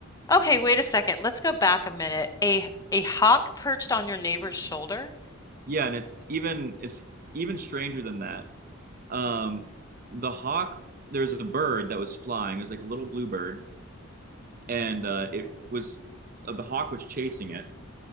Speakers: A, on the left; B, on the right.
A: Okay, wait a second. Let's go back a minute. A a hawk perched on your neighbor's shoulder?
B: Yeah, and it's even it's even stranger than that. Um, the hawk, there was a bird that was flying. It was like a little blue bird and uh, it was uh, the hawk was chasing it,